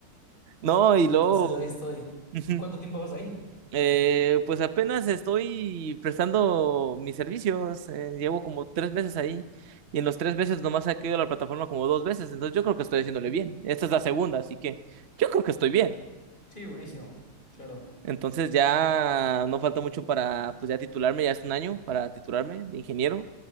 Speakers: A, on the right; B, on the left.
A: No, y
B: entonces
A: luego.
B: ahí estoy.
A: <laughs>
B: ¿Y cuánto tiempo vas ahí?
A: Eh, pues apenas estoy prestando mis servicios. eh, llevo como tres meses ahí y en los tres meses nomás he caído a la plataforma como dos veces. Entonces yo creo que estoy haciéndole bien. Esta es la segunda, así que yo creo que estoy bien.
B: Sí, buenísimo. Claro.
A: Entonces ya no falta mucho para, pues ya titularme, ya es un año para titularme de ingeniero.